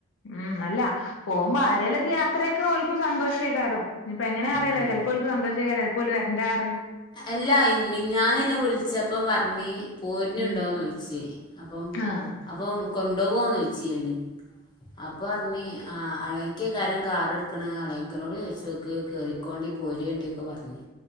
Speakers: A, on the left; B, on the left.
A: ഉം അല്ല പോമ്പോ ആരെലൊക്കെ യാത്ര ആക്ക ഓൽക്കും സന്തോഷേക്കാരം ഇപ്പൊ എങ്ങനെ അറില്ല
B: ഉം
A: ചിലപ്പോൾക്ക് സന്തോഷിക്കാന് ചിലപ്പോല് വരണ്ട അറിയും
B: അല്ലാ ഇ മിനിഞ്ഞാന്ന് എന്നെ വിളിച്ചപ്പം പറണി പോര്നുണ്ടോന്ന്ചോദിച്ചേ
A: ഉം
B: അപ്പം
A: ആഹ്
B: അപ്പൊ കൊണ്ടുപോകോന്ന് വെച്ച്നി അപ്പ
A: ഉ
B: ആ അളേക്ക കാരം കാറെ എടുക്കണ അളേക്കനോട് ചൊച് നോക്ക്ക്ക് റയും അക്കൗണ്ടിപൊരിണ്ട്ക്കെ പറഞ്ഞു